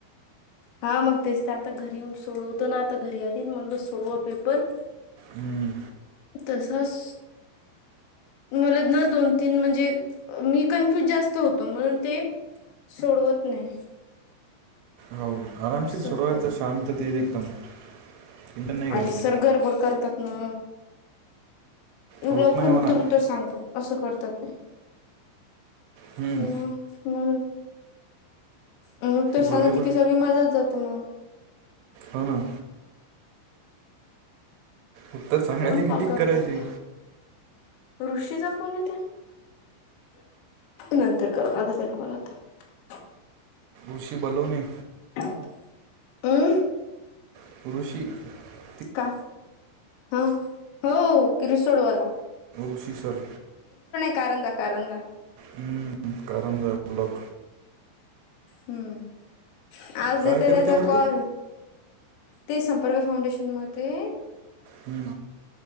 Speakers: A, on the left; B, on the right.
A: हा मग तेच तर, आता घरी येऊन सोडवतो ना, आता घरी आली म्हणलो सोडवा पेपर,
B: हम्,
A: त सास, मला न दोन, तीन, म्हणजे मी कन्फ्युज जास्त होतो, म्हणून ते सोडवत नाही,
B: हो आरामशीर
A: असं
B: सोडवायचा,
A: असते ते
B: जर
A: हम्म
B: शांत एकदम, टेन्शन नाही घ्यायचं
A: अरे, सर गरबड करतात ना, लवकर,
B: होत नाही म्हणा
A: उत्तर, उत्तर सांगतातअसं करतात ते,
B: हम्म.
A: म म्हणून, उत्तर
B: बरं
A: सांगलकी
B: आहे बा
A: ति, सगळी मजाच जाते मग,
B: हो ना, उत्तर सांगायचे
A: कोन
B: की
A: कॉल
B: टिक
A: करत
B: करायची
A: आहेताना, ऋषीचा फोन येते! नंतर कारवा लागेल, तेला कॉल आता,
B: ऋषी बलवणे,
A: हमं,
B: <unintelligible>
A: का, हा, हो किरसोडवाला,
B: ऋषी सर,
A: कारंजा कारंजा
B: हम कारंजा ब्लॉक,
A: हम्म, अजून
B: काय
A: येत त्याचा
B: करते बरं
A: कॉल, ते संपर्क फाउंडेशनमध्ये,
B: हम,